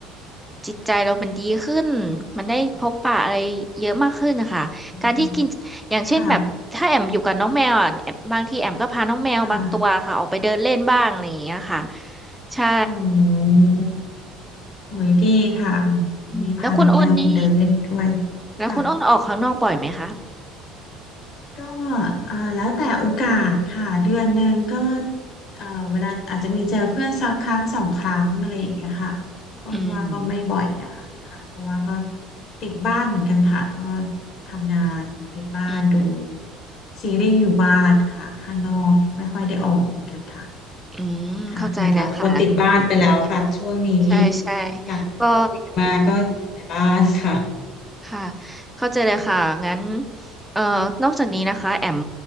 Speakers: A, in the centre; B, on the left.
A: จิตใจเรามันดีขึ้นมันได้พบปะอะไรเยอะมากขึ้นนะคะการที่กินอย่างเช่นแบบถ้าแอมอยู่กับน้องแมวอ่ะแอมบางทีแอมก็พาน้องแมวบางตัวค่ะออกไปเดินเล่นบ้างอะไรอย่างเงี้ยค่ะ
B: อืมค่ะค่ะ
A: ใช่
B: อ๋อโอ้ยดีค่ะอืมนี่พาน้องแมวไปเดินเล่นด้วย
A: อืมแล้วคุณอ้นนี่แล้วคุณอ้นออกข้างนอกบ่อยไหมคะ
B: ค่ะ ก็อ่าแล้วแต่โอกาสค่ะเดือนหนึ่งก็เอ่อเวลาอาจจะมีเจอเพื่อนสักครั้งสองครั้งอะไรอย่างเงี้ยค่ะคนว่าก็ไม่บ่อยนะคะค่ะเพราะว่าก็
A: อืม
B: ติดบ้านเหมือนกันค่ะก็ทำงานติดบ้านดู
A: อืม
B: ซีรีส์อยู่บ้านค่ะข้างนอกไม่ค่อยได้ออกเหมือนกันค่ะ
A: อืมเข้าใจแล้วค่ะ
B: ค่ะเหมือนเราเป็นคนติดบ้านไปแล้วค่ะช่วงนี้
A: ใช่ใช่
B: หลังจากโควิดมาก็อยู่แต่บ้านค่ะ
A: ก็ค่ะเข้าใจเลยค่ะงั้นเอ่อนอกจากนี้นะคะแอม